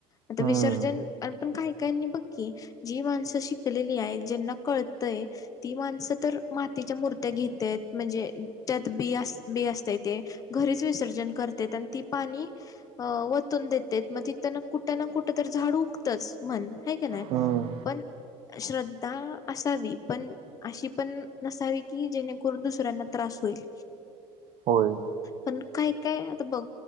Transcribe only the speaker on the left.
आता
विसर्जन पण काही काहीनी बघकी जी माणसं शिकलेली आहेत ज्यांना कळतंय ती माणसं तर मातीच्या मूर्त्या घेतेत म्हणजे चतबी अस बी असते ते घरीच विसर्जन करतेत आणि ती पाणी अ वतून देतेेत मग तिथ ना कुठं ना कुठं तर झाड उगतंच म्हण ह क नाही
पण श्रद्धा असावी पण अशी पण नसावी की जेणेकरून दुसऱ्यांना त्रास होईल
पण काय काय आता बघ